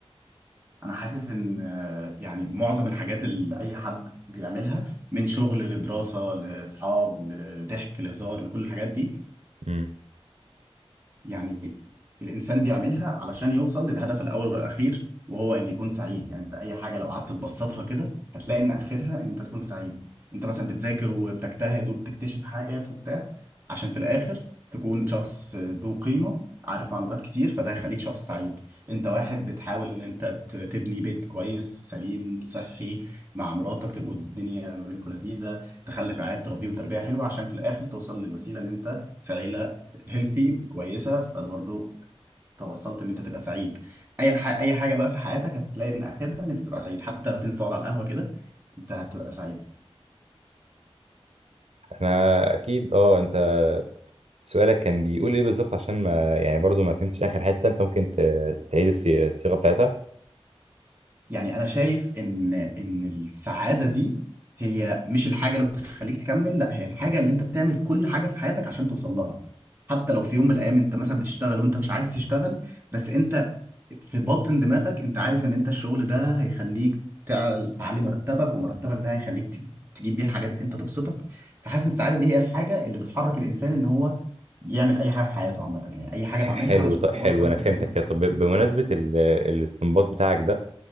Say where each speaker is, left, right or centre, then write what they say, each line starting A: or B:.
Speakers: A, on the right; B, on the right.
A: انا حاسس ان آه، يعني معظم الحاجات اللي اي حد بيعملها من شغل لدراسه لاصحاب لضحك لهزار لكل الحاجات دي
B: امم
A: يعني الإنسان بيعملها علشان يوصل للهدف الأول والأخير وهو إن يكون سعيد يعني أنت أي حاجة لو قعدت تبسطها كده هتلاقي إن آخرها إن أنت تكون سعيد أنت مثلا بتذاكر وبتجتهد وبتكتشف حاجات وبتاع عشان في الآخر تكون شخص ذو قيمة عارف معلومات كتير فده هيخليك شخص سعيد أنت واحد بتحاول إن أنت ت- تبني بيت كويس سليم صحي مع مراتك تبقوا الدنيا ما بينكم لذيذة تخلف عيال تربيهم تربية حلوة عشان في الآخر توصل للوسيلة إن أنت في عيلة هيلثي وكويسه فانا برضو توصلت ان انت تبقى سعيد اي ح- اي حاجه بقى في حياتك هتلاقي ان اخرها ان انت تبقى سعيد حتى لو هتنزل تقعد على القهوه كده انت هتبقى سعيد
B: احنا اكيد اه انت سؤالك كان بيقول ايه بالظبط عشان ما يعني برضو ما فهمتش اخر حته انت ممكن ت- تعيد الصي- الصيغه بتاعتها
A: يعني انا شايف ان ان السعاده دي هي مش الحاجه اللي بتخليك تكمل لا هي الحاجه اللي انت بتعمل كل حاجه في حياتك عشان توصل لها حتى لو في يوم من الايام انت مثلا بتشتغل وانت مش عايز تشتغل بس انت في باطن دماغك انت عارف ان انت الشغل ده هيخليك تع- تعلي مرتبك ومرتبك ده هيخليك تج- تجيب بيه حاجات انت تبسطك فحاسس إن السعاده دي هي الحاجه اللي بتحرك الانسان ان هو يعمل اي حاجه في حياته عامه يعني اي حاجه
B: ح-
A: بعملها
B: حلو
A: علشان
B: ط- حلو
A: توصل
B: انا فهمتك
A: ان انا أكون سعيد.
B: كده طب ب- بمناسبه ال- الاستنباط بتاعك ده